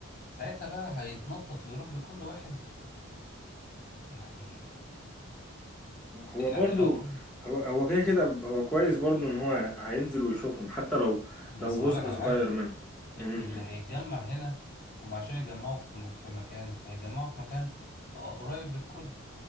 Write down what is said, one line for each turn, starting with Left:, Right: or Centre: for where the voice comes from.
Left: ساعتها بقى هيتنطط ويروح لكل واحد يعني
Centre: هو
Left: يعني
Centre: برضو
Left: لو
Centre: هو هو كده كده هو كويس برضو إن هو هينزل ويشوفهم حتى لو
Left: بس
Centre: لو
Left: اقول
Centre: جزء
Left: لك على
Centre: صغير
Left: حاجة
Centre: منهم مم.
Left: اللي هيتجمع هنا هم عشان يتجمعوا في في مكان هيتجمعوا في مكان قريب للكل